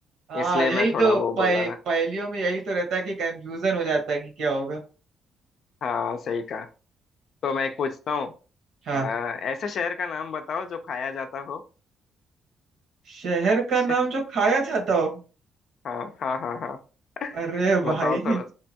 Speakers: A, on the right; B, on the left.
A: हाँ
B: इसलिए
A: यही
B: मैं
A: तो
B: थोड़ा वो
A: पह,
B: बोल रहा था
A: पहेलियों में यही तो रहता है कि कंफ्यूजन हो जाता है कि क्या होगा
B: हाँ सही कहा तो मैं एक पूछता हूँ
A: हाँ
B: आ, ऐसे शहर का नाम बताओ जो खाया जाता हो
A: शहर का
B: <laughs>
A: नाम जो खाया जाता हो
B: हाँ हाँ हाँ हाँ
A: अरे
B: बताओ
A: भाई
B: थोड़ा